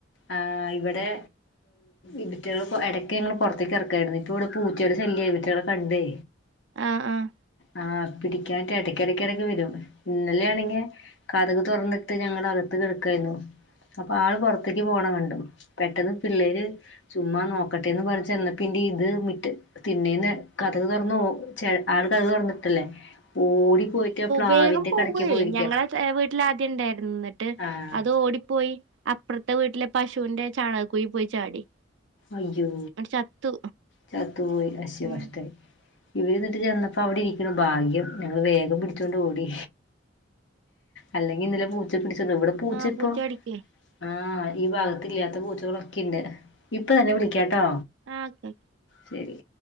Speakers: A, on the left (about 70°); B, on the right (about 75°).
A: ആ ഇവിടെ ഇതറ്റകൾ ഇടക്ക് പുറത്തേക്ക് ഇറക്കായിരുന്നു ഇപ്പ ഇവിടെ പൂച്ചയുടെ ശല്യം ഇതിറ്റാടെ കണ്ടേ
B: ആഹ് ആഹ്
A: ആ പിടിക്കാനായിട്ട് ഇടക്കിടക്കിടക്ക് വരും ഇന്നലൊണെങ്കിൽ കഥക് തുറന്നിട്ട് ഞങ്ങൾ അകത്ത് കിടക്കായി അപ്പൊ ള് പുറത്ത് പുറത്തേക്ക് പോകണ കണ്ട് പെട്ടെന്ന് പിള്ളേര് ചുമ്മാ നോക്കട്ടെന്ന് പറഞ്ഞ ചെന്നപ്പന്റെ ഇത് മിറ്റത് തിന്നേന്ന് കഥക് തുറന്നു ച ആ കഥക് തുറന്നിട്ടല്ലേ ഓ പോയിട്ട് ആ പ്ലാവിന്റെ
B: വേഗം പോവയേ
A: കടയ്ക്ക് പോയിരിക്കാ
B: ഞങ്ങള വീട്ടിൽ ആദ്യം ഉണ്ടായിരുന്നു എന്നിട്ട്
A: ആഹ്
B: അത് ഓടിപ്പോയി അപ്പറത്തെ വീട്ടിലെ പശുവിന്റെ ചാണക കുഴി പോയി ചാടി.
A: അയ്യോ
B: ന്നട്ട് ചത്തു
A: ചത്തൂ പോയി അശോ
B: ഉം
A: കഷ്ടായി ഇവിടെന്നിട്ട് ചെന്നപ്പോ അവിടെ ഇരിക്ക്ണ് ഭാഗ്യം. ഞങ്ങള് വേഗം പിടിച്ചോണ്ട് ഓടി. അല്ലെങ്കി ഇന്നലെ പൂച്ച പിടിച <unintelligible> പൂച്ച
B: ആഹ്
A: ഇപ്പൊ
B: കടിക്കേ
A: ആ ഈ ഭാഗത്തി ഇല്ലാത്ത പൂച്ചകളൊക്കെണ്ട്. ഇപ്പൊ <unintelligible> വിളിക്കാട്ടോ
B: ആഹ്
A: ശരി.